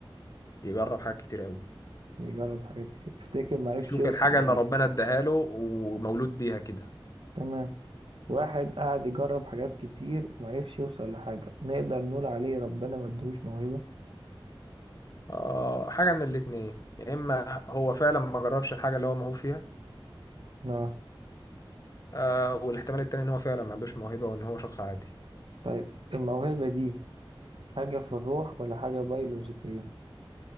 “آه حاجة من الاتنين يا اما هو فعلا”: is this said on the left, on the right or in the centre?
Left